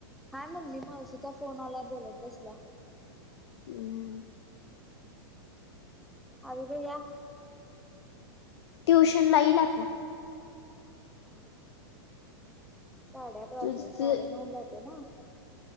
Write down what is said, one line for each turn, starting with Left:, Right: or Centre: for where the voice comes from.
Centre: हाय मम्मी मावशीच्या फोन आलाय बोलत बसल्या.
Left: हम्
Centre: आवि भैया
Left: ट्युशन ला येईल आता.
Centre: ह हा साडेआठ वाजले
Left: तुझ तु-
Centre: साडे नऊला येतोय ना.